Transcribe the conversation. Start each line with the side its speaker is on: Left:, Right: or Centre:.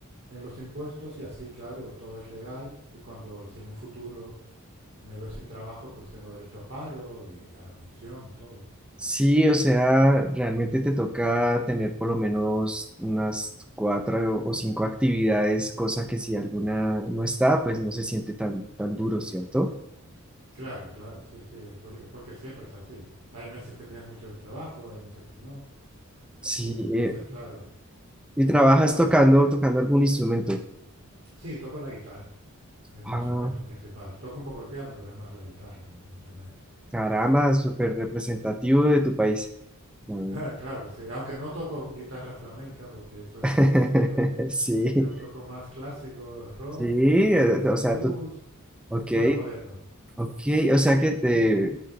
Right: en los impuestos y así, claro, todo es legal y cuando, si en un futuro me veo sin trabajo, pues tengo derecho a paro y a la pensión y todo.
Centre: Sí, o sea, realmente te toca tener por lo menos unas cuatro o cinco actividades, cosa que si alguna no está, pues no se siente tan, tan duro, ¿cierto?
Right: Claro, claro, sí, sí, es por- es porque siempre es así. Hay meses que tienes mucho trabajo, hay meses que no.
Centre: Sí,
Right: Y entonces,
Centre: eh,
Right: claro,
Centre: y
Right: esto
Centre: trabajas
Right: es una...
Centre: tocando, tocando algún instrumento.
Right: Sí, toco la guitarra, es
Centre: Ah,
Right: mi instrumento principal. Toco un poco el piano, pero es más la guitarra mi, mi instrumento.
Centre: caramba,
Right: Eh,
Centre: súper representativo de tu país.
Right: <laughs>
Centre: Mm.
Right: ah, claro, sí, aunque no toco guitarra flamenca, porque eso es
Centre: <laughs>
Right: otro estilo.
Centre: Sí,
Right: Yo toco más clásico, rock,
Centre: sí,
Right: eh,
Centre: eh, o sea,
Right: blues,
Centre: tú, ok,
Right: más moderno.
Centre: Ok, o sea que te,